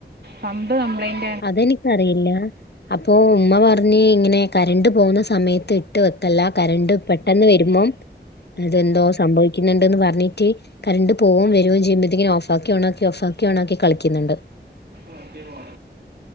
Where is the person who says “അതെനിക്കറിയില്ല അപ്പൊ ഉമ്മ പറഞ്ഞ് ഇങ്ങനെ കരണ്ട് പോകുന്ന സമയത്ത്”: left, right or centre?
Left